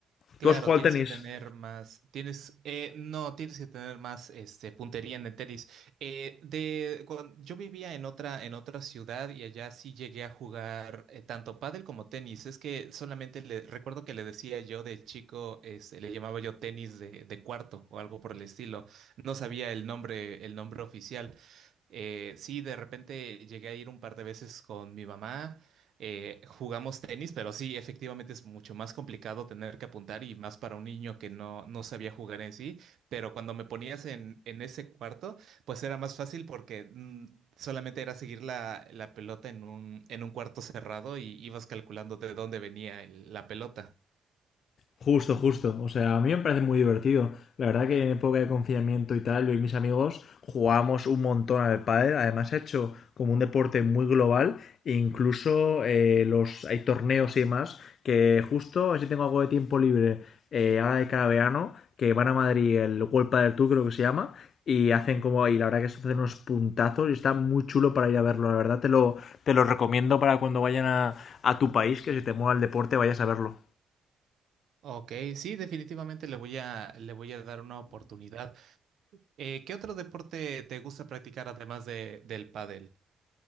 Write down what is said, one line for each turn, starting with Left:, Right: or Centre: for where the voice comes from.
Right: Claro,
Left: ¿Tú has jugado
Right: tienes
Left: al tenis?
Right: que tener más, tienes, eh, no, tienes que tener más, este, puntería en el tenis. Eh, de, cuan- yo vivía en otra, en otra ciudad y allá sí llegué a jugar eh, tanto pádel como tenis. Es que solamente le, recuerdo que le decía yo de chico, este, le llamaba yo tenis de, de cuarto o algo por el estilo. No sabía el nombre, el nombre oficial. Eh, sí, de repente llegué a ir un par de veces con mi mamá. eh, jugamos tenis, pero sí, efectivamente es mucho más complicado tener que apuntar y más para un niño que no, no sabía jugar en sí, pero cuando me ponías en, en ese cuarto, pues era más fácil porque mm, solamente era seguir la, la pelota en un, en un cuarto cerrado y ibas calculando de dónde venía el- la pelota.
Left: Justo, justo. O sea, a mí me parece muy divertido. La verdad que en época de confinamiento y tal, yo y mis amigos jugamos un montón al pádel. Además, he hecho como un deporte muy global. E incluso eh, los hay torneos y demás que justo, así tengo algo de tiempo libre eh, ahora de cada verano, que van a Madrid, el World Padel Tour creo que se llama, y hacen como, y la verdad que se hacen unos puntazos y está muy chulo para ir a verlo, la verdad te lo, te lo recomiendo para cuando vayan a, a tu país, que si te mueva el deporte vayas a verlo.
Right: Ok, sí, definitivamente le voy a, le voy a dar una oportunidad. Eh, ¿qué otro deporte te gusta practicar además de, del pádel?